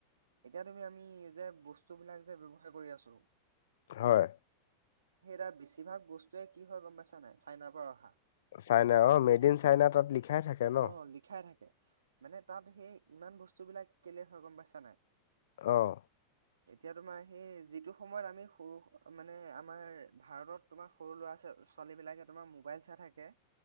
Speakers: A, on the right; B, on the left.
A: এতিয়া তুমি আমি যে বস্তু বিলাক যে ব্যৱহাৰ কৰি আছোঁ।
B: হয়।
A: সেইটা বেছিভাগ বস্তুৱে কি হয় গম পাইছা নাই চাইনাৰ পৰা অহা।
B: চাইনা অ মেড ইন চাইনা তাত লিখাই থাকে নহ।
A: অ লিখাই থাকে। মানে তাত সেই ইমান বস্তুবিলাক কেলে হয় গম পাইছা নে নাই।
B: অহ।
A: এতিয়া তোমাৰ সি যিটো সময়ত আমি সৰু মানে আমাৰ ভাৰতত তোমাৰ সৰু ল'ৰা-ছোৱালী। ছোৱালী বিলাকে তোমাৰ মোবাইল চাই থাকে।